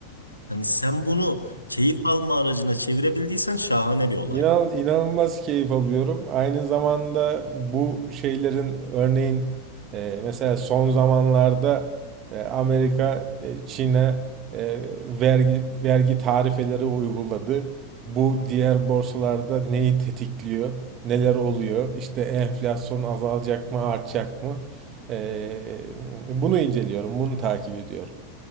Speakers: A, on the left; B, on the right.
A: Hani sen bunu keyif alma aracına çevirebildiysen şahane bir olay.
B: İnan, inanılmaz keyif alıyorum. Aynı zamanda bu şeylerin örneğin e, mesela son zamanlarda e, Amerika e, Çin'e e, vergi vergi tarifeleri uyguladı. Bu diğer borsalarda neyi tetikliyor? Neler oluyor? İşte enflasyon azalacak mı, artacak mı? E, bunu inceliyorum, bunu takip ediyorum.